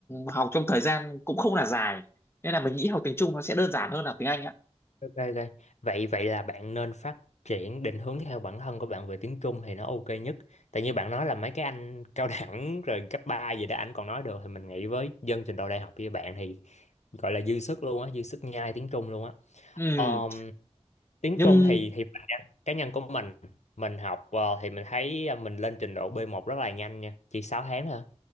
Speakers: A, on the left; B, on the left.
A: học trong thời gian cũng không là dài nên là mình nghĩ học tiếng Trung nó sẽ đơn giản hơn là tiếng Anh ạ
B: ok ok vậy vậy là bạn nên phát triển định hướng theo bản thân của bạn về tiếng Trung thì nó ok nhất tại như bạn nói là mấy cái anh cao <laughs> đẳng rồi cấp 3 gì đó anh còn nói được thì mình nghĩ với dân trình độ đại học như bạn thì gọi là dư sức luôn á dư sức nhai tiếng Trung luôn á
A: ừ,
B: Ờ, tiếng
A: nhưng
B: Trung thì thì cá nhân của mình mình học ờ, thì mình thấy ờ, mình lên trình độ b một rất là nhanh nha chỉ 6 tháng thôi